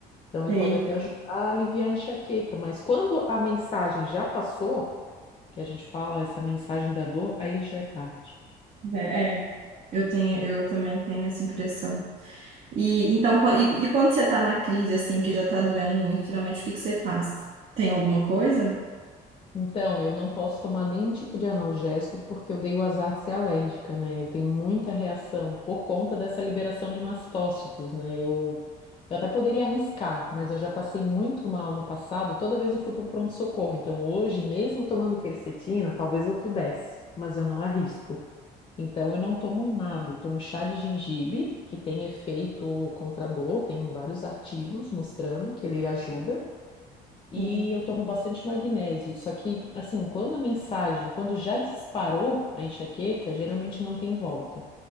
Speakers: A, on the left; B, on the right.
A: Então, ele
B: sei.
A: pode até ajudar a aliviar a enxaqueca. Mas quando a mensagem já passou que a gente fala essa mensagem da dor, aí já é tarde.
B: É, é. Eu tenho, eu também tenho essa impressão. E então, qua- e, e quando você tá na crise, assim, que já tá doendo muito, geralmente o que que você faz? Tem alguma coisa?
A: Então, eu não posso tomar nenhum tipo de analgésico porque eu dei o azar de ser alérgica, né? Eu tenho muita reação por conta dessa liberação de mastócitos, né? Eu, eu até poderia arriscar, mas eu já passei muito mal no passado, toda vez eu fui para o pronto-socorro. Então, hoje, mesmo tomando quercetina, talvez eu pudesse, mas eu não arrisco. Então, eu não tomo nada. Eu tomo chá de gengibre, que tem efeito contra a dor, tem vários artigos mostrando que ele ajuda. E
B: Uhum.
A: eu tomo bastante magnésio. Só que, assim, quando a mensagem, quando já disparou a enxaqueca, geralmente não tem volta.